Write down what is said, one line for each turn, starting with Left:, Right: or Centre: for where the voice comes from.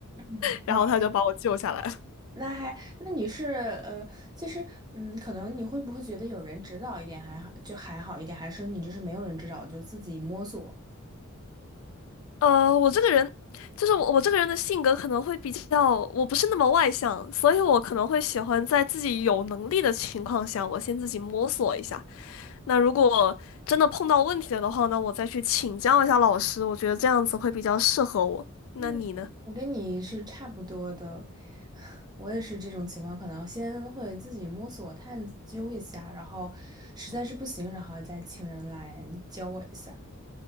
Right: 嗯，OK，
Left: 然后他就把我救下来了。
Right: 那还，那你是呃，其实嗯，可能你会不会觉得有人指导一点还好，就还好一点，还是你就是没有人指导就自己摸索？
Left: 呃，我这个人，就是我我这个人的性格可能会比较，我不是那么外向，所以我可能会喜欢在自己有能力的情况下，我先自己摸索一下，那如果真的碰到问题了的话呢，我再去请教一下老师，我觉得这样子会比较适合我。那你呢？
Right: 嗯，我跟你是差不多的，<laughs> <sighs> 我也是这种情况，可能先会自己摸索探究一下，然后实在是不行，然后再请人来教我一下。